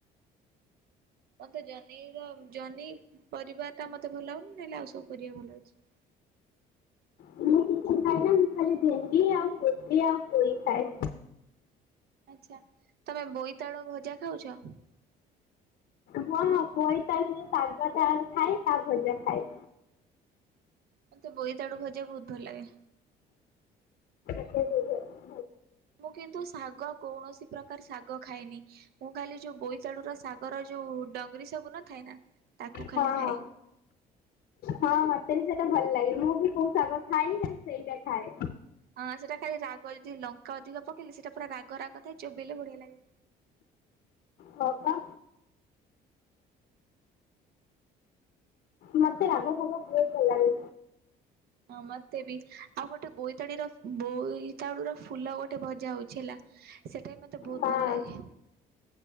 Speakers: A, on the right; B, on the left.
A: ମତେ ଜନି ର ଜନି ପରିବା ଟା ମତେ ଭଲ ଲାଗୁଉନି ନହେଲେ ଆଉ ସବୁ ପରିବା ଭଲ ହେଇଛି।
B: ମୁଁ କିଛି ଖାଏନା ମୁଁ ଖାଲି ଭେଣ୍ଡି ଆଉ ଗୋଟେ ଆଉ ପୋଇ ଖାଏ।
A: ଆଚ୍ଛା ତମେ ବୋଇଇତାଳୁ ଭଜା ଖାଉଛ।
B: ହଁଁ ବୋଇ ତାଳୁର ଶାଗ ଟା ଖାଏ ତା ଭଜା ଖାଏ।
A: ମତେ ବୋଇତାଡୁ ଭାଜା ବୋହୁତ ଭଲ ଲାଗେ।
B: <inaudible>
A: ମୁଁ କିନ୍ତୁ ଶାଗ କୌଣସି ପ୍ରକାର ଶାଗ ଖାଏନି। ମୁଁ ଖାଲି ଯୋଉ ବୋଇତାଳୁ ର ଶାଗର ଯୋଉ ଡଙ୍ଗରୀ ସବୁ ନ ଥାଏ ନା ତାକୁ ଖାଲି
B: ହଁ
A: ଖାଏ।
B: ହଁ ମତେ ବି ସେଇଟା ଭଲ ଲାଗେ ମୁଁ ବି କୋଉ ସାଗ ଖାଏନି ଖାଲି ସେଇଟା ଖାଏ।
A: ହଁ ସେଟା ଖାଲି ରାଗ ଯଦି ଲଙ୍କା ଅଧିକ ପକେଇଲି ସେଟା ପୁରା ରାଗ ରାଗ ଥାଏ ଚୋବେଇଲେ ବଢିଆ ଲାଗେ।
B: ତୋତା ମତେ ରାଗ ସବୁ ବହୁତ ଭଲଲାଗେ।
A: ହଁ ମତେ ବି ଆଉ ଗୋଟେ ବୋଇତାଡିର ବୋଇତାଳୁ ର ଫୁଲ ଗୋଟେ ଭଜା ହଉଛି ହେଲା। ସେଟା ବି ମତେ ବହୁତ
B: ହଁ
A: ଭଲ ଲାଗେ।